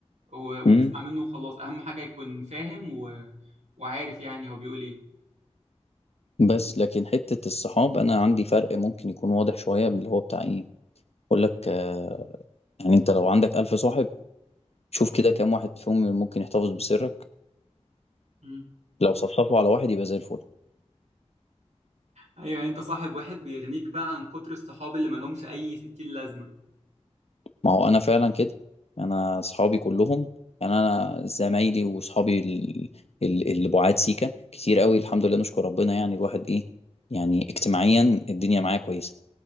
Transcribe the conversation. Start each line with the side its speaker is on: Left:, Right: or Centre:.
Right: و- وتسمع
Left: امم
Right: منه وخلاص اهم حاجة يكون فاهم و... وعارف يعني هو بيقول ايه
Left: بس لكن حتة الصحاب انا عندي فرق ممكن يكون واضح شوية اللي هو بتاع ايه اقول لك آه يعني انت لو عندك ألف صاحب شوف كده كام واحد فيهم ممكن يحتفظ بسرك
Right: مم.
Left: لو صفصفوا على واحد يبقى زي الفل
Right: ايوه يعني انت صاحب واحد بيغنيك بقى عن كتر الصحاب اللي ملهمش اي ستين لازمة
Left: ما هو انا فعلا كده انا اصحابي كلهم يعني انا زمايلي واصحابي ال- ال- اللي بعاد سيكا كتير قوي الحمد لله نشكر ربنا يعني الواحد ايه يعني اجتماعيا الدنيا معايا كويسه